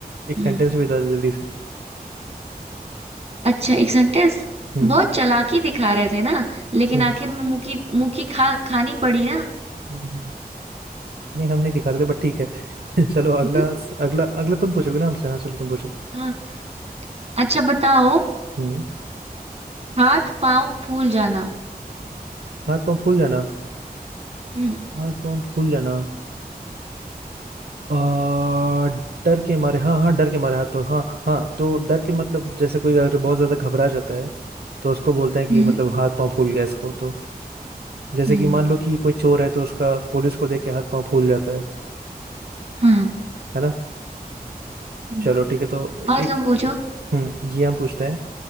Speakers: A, on the right; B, on the right.
A: एक
B: हम्म
A: सेंटेंस भी बता दो जल्दी से
B: अच्छा एक सेंटेंस
A: हम्म
B: बहुत चालाकी दिखा रहे थे ना लेकिन
A: हम्म
B: आखिर में मुंह की मुंह की खा खानी पड़ी ना
A: हम्म। हम्म। नहीं हम नहीं दिखा रहे थे बट ठीक है <laughs> चलो अगला
B: <laughs>
A: अगला अगला तुम पूछोगे ना हमसे हाँ चलो तुम पूछो
B: हाँ अच्छा बताओ
A: हम्म
B: हाथ पांव फूल जाना
A: हाथ पाँव फूल जाना
B: हम्म
A: हाथ पाँव फूल जाना आ, डर के मारे हाँ हाँ डर के मारे हाथ पाँव हाँ हाँ तो डर के मतलब जैसे कोई अगर बहुत ज्यादा घबरा जाता है तो उसको बोलते हैं कि
B: हम्म
A: मतलब हाथ पाँव फूल गया इसको तो जैसे
B: हम्म
A: कि मान लो कि कोई चोर है तो उसका पुलिस को देख के हाथ पाँव फूल जाता है है
B: हाँ
A: ना
B: हम्म।
A: चलो ठीक है तो एक
B: और तुम पूछो
A: हम्म ये हम पूछते हैं